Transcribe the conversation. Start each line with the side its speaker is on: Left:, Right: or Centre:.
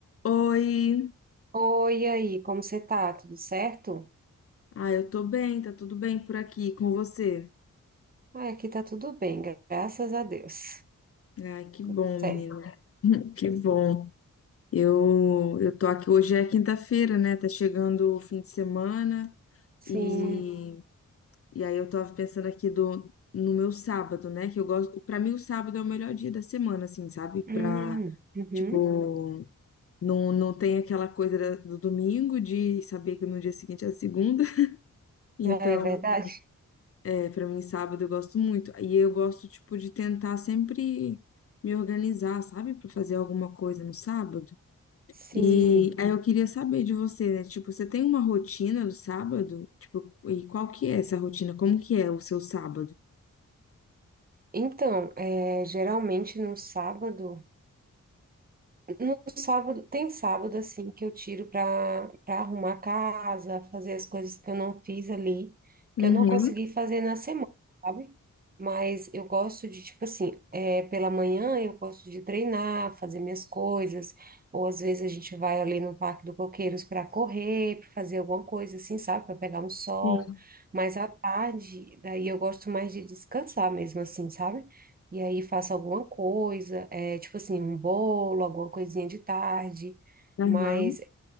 Left: Oi,
Right: Oi, e aí, como você tá? Tudo certo?
Left: ah, eu tô bem, tá tudo bem por aqui com você?
Right: Ai, aqui tá tudo bem, graças a Deus.
Left: Ai, que
Right: Tudo
Left: bom,
Right: certo.
Left: menina, <laughs> que bom. Eu, eu tô aqui, hoje é quinta-feira, né? Tá chegando o fim de semana
Right: Sim.
Left: e, e aí eu tava pensando aqui do, no meu sábado, né? Que eu gosto, pra mim o sábado é o melhor dia da semana, assim, sabe?
Right: Hum,
Left: Pra,
Right: uhum.
Left: tipo, não, não tem aquela coisa da- do domingo de saber que no dia seguinte é a segunda, <laughs> então.
Right: É verdade?
Left: É, para mim, sábado eu gosto muito. E eu gosto, tipo, de tentar sempre me organizar, sabe? Para fazer alguma coisa no sábado.
Right: Sim.
Left: E aí eu queria saber de você, né? Tipo, você tem uma rotina do sábado? Tipo, e qual que é essa rotina? Como que é o seu sábado?
Right: Então, é, geralmente no sábado. No sábado, tem sábado assim que eu tiro para para arrumar a casa, fazer as coisas que eu não fiz ali,
Left: Uhum,
Right: que eu não consegui fazer na semana, sabe? Mas eu gosto de, tipo assim, é, pela manhã eu gosto de treinar, fazer minhas coisas, ou às vezes a gente vai ali no Parque do Coqueiros para correr, para fazer alguma coisa assim, sabe? Para pegar um sol.
Left: sim.
Right: Mas à tarde, daí eu gosto mais de descansar mesmo assim, sabe? E aí faço alguma coisa. É tipo assim, um bolo, alguma coisinha de tarde,
Left: Aham.
Right: mas